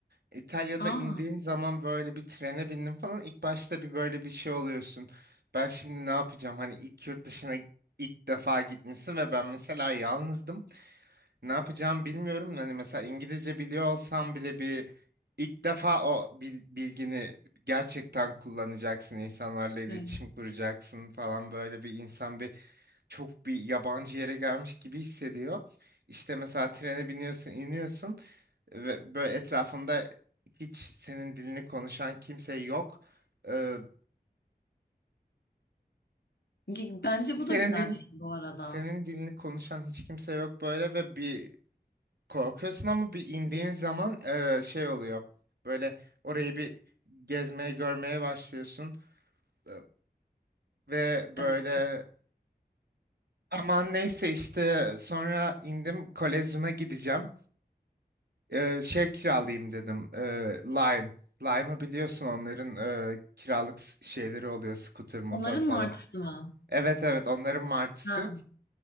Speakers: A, on the right (about 70°); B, on the left (about 75°).
A: İtalya'da
B: Aa,
A: indiğim zaman böyle bir trene bindim falan İlk başta bir böyle bir şey oluyorsun. Ben şimdi ne yapacağım? Hani ilk yurt dışına ilk defa gitmişsin ve ben mesela yalnızdım. Ne yapacağımı bilmiyorum. Hani mesela İngilizce biliyor olsam bile bir ilk defa o bil- bilgini gerçekten kullanacaksın. İnsanlarla iletişim
B: evet.
A: kuracaksın falan böyle bir insan bir çok bir yabancı yere gelmiş gibi hissediyor. İşte mesela trene biniyorsun, iniyorsun ve böyle etrafında hiç senin dilini konuşan kimse yok. Ee,
B: Ge- Bence bu
A: senin
B: da güzel
A: din
B: bir şey bu arada.
A: senin dilini konuşan hiç kimse yok böyle ve bir korkuyorsun ama bir indiğin zaman e, şey oluyor. Böyle orayı bir gezmeye görmeye başlıyorsun Ee, ve böyle
B: Evet.
A: aman neyse işte sonra indim kolezyuma gideceğim. e, şey kiralayayım dedim. E, Lime. Lime'ı biliyorsun onların e, kiralık s- şeyleri oluyor. Scooter, motor
B: Onların
A: falan.
B: martısı mı?
A: Evet evet onların martısı.
B: Ha,